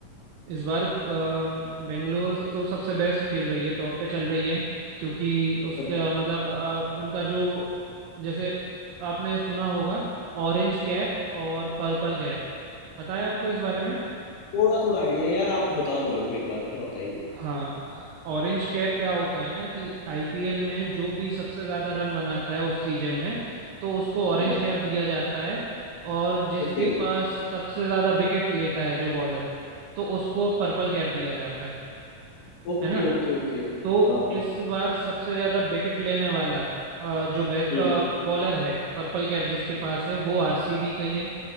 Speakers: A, on the right; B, on the left.
A: इस बार अम, बेंगलोर तो सबसे बेस्ट खेल रही है टॉप पे चल रही है क्योंकि उसका
B: अच्छा
A: मतलब अ, उनका जो जैसे आपने सुना होगा ऑरेंज कैप और पर्पल कैप पता है आपको इस बारे में
B: थोड़ा थोड़ा आइडिया यार आप बता दो मेरे को एक बार क्या होता है ये
A: हाँ ऑरेंज कैप क्या होता है ना कि आईपीएल में जो भी सबसे ज्यादा रन बनाता है उस सीजन में तो उसको ऑरेंज
B: Oh
A: कैप दिया जाता है और जिसके
B: Okay
A: पास सबसे ज्यादा विकेट लेता है जो बॉलर तो उसको पर्पल कैप दिया जाता है
B: Okay
A: है ना
B: okay okay
A: तो
B: हाँ हाँ
A: इस बार सबसे ज्यादा विकेट लेने वाला अ, जो
B: हम्म
A: बॉलर है पर्पल कैप जिसके पास है वो आरसीबी का ही है